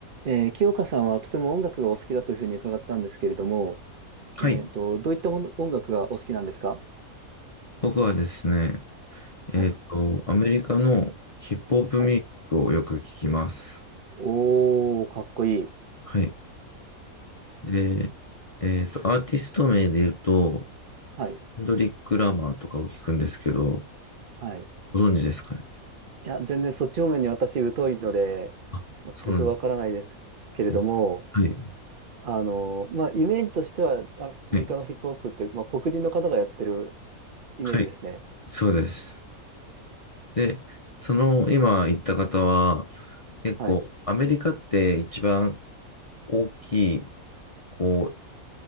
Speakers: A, on the right; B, on the left.
A: えー清香さんはとても音楽がお好きだというふうに伺ったんですけれども、
B: はい。
A: えっと、どういったもの音楽がお好きなんですか
B: 僕はですね、
A: はい。
B: えっと、アメリカのヒップホップミュージックをよく聞きます。
A: はい。おー、かっこいい。
B: はい。で、えっと、アーティスト名で言うと、
A: はい。
B: ヘンドリック・ラマーとかを聞くんですけど、
A: はい。い
B: ご存知ですかね
A: や、全然そっち方面に私疎いので、
B: あ、
A: 全くわからないですけれども、
B: そうなんですね。えはい。
A: あの、まあ、イメージとしては、アメリカのヒップホップって、
B: は
A: まあ、黒人の方がやってるイメージですね。
B: はい。そうです。で、その今言った方は、結構、
A: はい。
B: アメリカって一番大きい、こう、